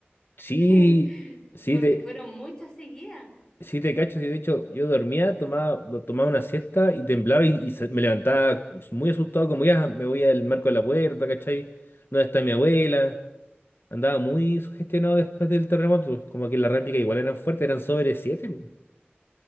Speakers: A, on the left; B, on the left.
A: Sí,
B: <laughs>
A: sí,
B: porque
A: te,
B: fueron muchas seguidas.
A: Sí, te cacho, sí, de hecho, yo dormía, tomaba, do- tomaba una siesta y temblaba y, y se- me levantaba muy asustado, como ya me voy al marco de la puerta, ¿cachai? ¿Dónde está mi abuela? Andaba muy sugestionado después del terremoto, como que las réplicas igual eran fuertes, eran sobre siete, po.